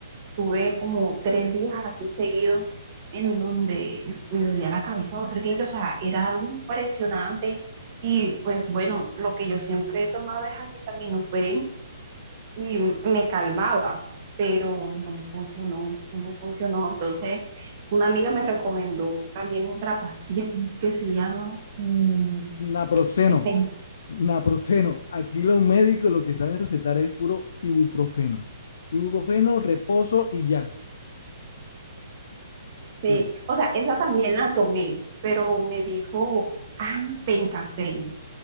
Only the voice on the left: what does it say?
Naproxeno,
naproxeno. Aquí los médicos lo que saben recetar es puro ibuprofeno. Ibuprofeno, reposo y ya. Sí.